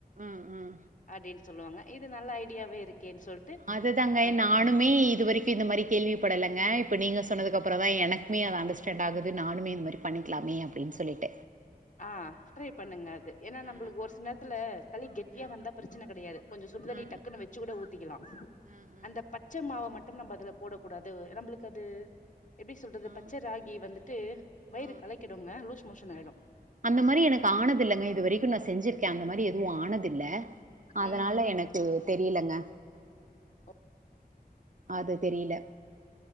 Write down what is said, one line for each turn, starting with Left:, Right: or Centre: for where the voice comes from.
Right: ம் ம்
Left: அதி சொல்லுவாங்க இது நல்ல ஐடியாவே இருக்கேன்னு சொல்ட்டு
Right: அதுதாங்க
Left: ஆ
Right: நானுமே இது வரைக்கு இந்த மாரி கேள்வி படலங்க இப்ப நீங்க சொன்னதுக்கப் புற தா எனக்குமே அது அண்டர்ஸ்டாண்ட் ஆகுது நானுமே இது மாரி பண்ணிக்லாமே அப்டின் சொல்லிட்டு
Left: ஆ ட்ரை பண்ணுங்க அது ஏன்னா
Right: ஆ,
Left: நம்பளுக்கு ஒரு சில நேரத்துல களி கெட்டியா
Right: ஆ,
Left: வந்தா பிரச்சின கெடயாது கொஞ்ச சுடுதண்ணி
Right: ஆ,
Left: டக்குன்னு வச்சு கூட ஊத்திக்கலாம்
Right: ஆ, ஆ,
Left: அந்த பச்ச மாவ மட் டும் நம்ப அதுல போடக் கூடாது நம்பளுக்கு அது எப்டி சொல்றது
Right: ஆ,
Left: பச்ச ராகி வந்துட்டு வயிறு
Right: ஆ.
Left: களைக்கிடுங்க லூஸ் மோஷனாயிடும்
Right: அந்த மாரி எனக்கு ஆனதில்லங்க இது வரிக்கும் நா செஞ்சிருக்கேன் அந்த மாரி எதுவும் ஆனதில்ல அதனால
Left: ம்
Right: எனக்கு தெரியிலங்க
Left: ஆ
Right: அது தெரியல